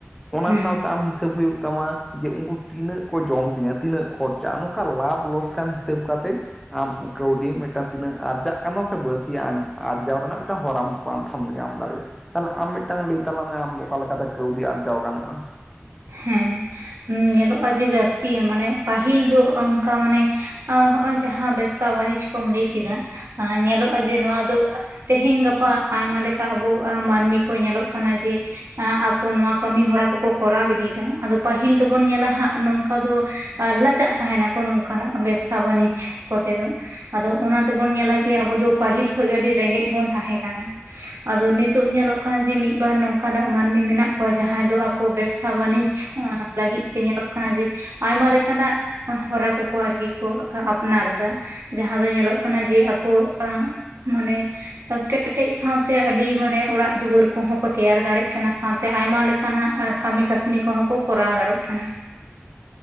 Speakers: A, in the centre; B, on the right.
A: ᱚᱱᱟ
B: ᱦᱮᱸ
A: ᱥᱟᱶᱛᱮ ᱟᱢ ᱦᱤᱥᱟᱹᱵ ᱦᱩᱭᱩᱜ ᱛᱟᱢᱟ ᱡᱮ ᱩᱱᱠᱩ ᱛᱤᱱᱟᱹᱜ ᱠᱚ ᱡᱚᱢ ᱛᱤᱧᱟᱹ ᱛᱤᱱᱟᱹᱜ ᱠᱷᱚᱨᱪᱟᱜᱼᱟ ᱱᱚᱝᱠᱟ ᱞᱟᱵᱷ ᱞᱚᱥᱠᱟᱱ ᱦᱤᱥᱟᱹᱵ ᱠᱟᱛᱮᱫ ᱟᱢ ᱠᱟᱹᱣᱰᱤ ᱢᱤᱫᱴᱟᱝ ᱛᱤᱱᱟᱹᱜ ᱟᱨᱡᱟᱜ ᱠᱟᱱᱟ ᱥᱮ ᱵᱟᱹᱲᱛᱤᱭᱟᱜ ᱟᱡ ᱟᱨᱡᱟᱣ ᱨᱮᱱᱟᱜ ᱢᱤᱫᱴᱟᱝ ᱦᱚᱨᱟᱢ ᱯᱟᱱᱛᱷᱟᱢ ᱧᱟᱢ ᱫᱟᱲᱮᱭᱟᱜᱼᱟ᱾ ᱛᱟᱦᱚᱞᱮ ᱟᱢ ᱢᱤᱫᱴᱟᱝ ᱞᱟᱹᱭ ᱛᱟᱞᱟᱝ ᱢᱮ ᱟᱢ ᱚᱠᱟ ᱞᱮᱠᱟᱛᱮ ᱠᱟᱹᱣᱰᱤ ᱟᱨᱡᱟᱣ ᱜᱟᱱᱚᱜᱼᱟ?
B: ᱦᱮᱸ᱾ ᱩᱸ ᱧᱮᱞᱚᱜᱼᱟ ᱡᱮ ᱡᱟᱹᱥᱛᱤ ᱢᱟᱱᱮ ᱯᱟᱹᱦᱤᱞ ᱫᱚ ᱚᱱᱠᱟ ᱢᱟᱱᱮ ᱮᱸ ᱦᱚᱸᱜᱼᱚᱭ ᱡᱟᱦᱟᱸ ᱵᱮᱵ ᱥᱟ ᱵᱟᱱᱤᱡ ᱠᱚᱢ ᱞᱟᱹᱭ ᱠᱮᱫᱟ ᱮᱸ ᱧᱮᱞᱚᱜᱼᱟ ᱡᱮ ᱱᱚᱣᱟ ᱫᱚ ᱛᱮᱦᱮᱹᱧ ᱜᱟᱯᱟ ᱟᱭᱢᱟ ᱞᱮᱠᱟ ᱟᱵᱚ ᱟ ᱢᱟᱹᱱᱢᱤ ᱠᱚ ᱧᱮᱞᱚᱜ ᱠᱟᱱᱟ ᱡᱮ, ᱟ ᱟᱠᱚ ᱱᱚᱣᱟ ᱠᱟᱹᱢᱤ ᱦᱚᱨᱟ ᱠᱚᱠᱟ ᱠᱚᱨᱟᱣ ᱤᱫᱤ ᱫᱟ ᱟᱫᱚ ᱯᱟᱹᱦᱤᱞ ᱫᱚᱵᱚᱱ ᱧᱮᱞᱟ ᱦᱟᱸᱜ ᱱᱚᱝᱠᱟ ᱫᱚ ᱟ ᱞᱟᱡᱟᱜ ᱛᱟᱦᱮᱱᱟ ᱠᱚ ᱱᱚᱝᱠᱟᱱᱟᱜ ᱵᱮᱵᱥᱟ ᱵᱟᱹᱱᱤᱡᱽ ᱠᱚᱛᱮ ᱫᱚ, ᱟᱫᱚ ᱚᱱᱟ ᱛᱮᱵᱚᱱ ᱧᱮᱞᱟ ᱡᱮ ᱟᱵᱚ ᱫᱚ ᱯᱟᱹᱦᱤᱞ ᱠᱷᱚᱡ ᱜᱮ ᱟᱹᱰᱤ ᱨᱮᱸᱜᱮᱡ ᱵᱚᱱ ᱛᱟᱦᱮᱸ ᱠᱟᱱᱟ᱾ ᱟᱫᱚ ᱱᱤᱛᱳᱜ ᱧᱮᱞᱚᱜ ᱠᱟᱱᱟ ᱡᱮ ᱢᱤᱫ ᱵᱟᱨ ᱱᱚᱝᱠᱟᱱᱟᱜ ᱢᱟᱹᱱᱢᱤ ᱢᱮᱱᱟᱜ ᱠᱚᱣᱟ ᱡᱟᱦᱟᱸᱭ ᱫᱚ ᱟᱠᱚ ᱵᱮᱵᱽᱥᱟ ᱵᱟᱱᱤᱡᱽ ᱪᱷᱟᱸ ᱞᱟᱹᱜᱤᱫ ᱛᱮ ᱧᱮᱞᱚᱜ ᱠᱟᱱᱟ ᱡᱮ, ᱟᱭᱢᱟ ᱞᱮᱠᱟᱱᱟᱜ ᱦᱚᱨᱟ ᱠᱚᱠᱚ ᱟᱨᱠᱤ ᱠᱚ ᱟᱯᱱᱟᱨ ᱮᱫᱟ᱾ ᱡᱟᱦᱟᱸ ᱫᱚ ᱧᱮᱞᱚᱜ ᱠᱟᱱᱟ ᱡᱮ ᱟᱠᱚ ᱮᱸ ᱢᱟᱱᱮ ᱠᱮᱴᱮᱡ ᱥᱟᱶᱛᱮ ᱟᱹᱰᱤ ᱢᱟᱱᱮ ᱚᱲᱟᱜ ᱫᱩᱣᱟᱹᱨ ᱠᱚᱦᱚᱸ ᱠᱚ ᱛᱮᱭᱟᱨ ᱫᱟᱲᱮᱜ ᱠᱟᱱᱟ ᱥᱟᱶ ᱛᱮ ᱟᱭᱢᱟ ᱞᱮᱠᱟᱱᱟᱜ ᱮᱸ ᱠᱟᱹᱢᱤ ᱠᱟᱹᱥᱱᱤ ᱠᱚᱦᱚᱸ ᱠᱚ ᱠᱚᱨᱟᱣ ᱫᱟᱲᱮᱜ ᱠᱟᱱᱟ᱾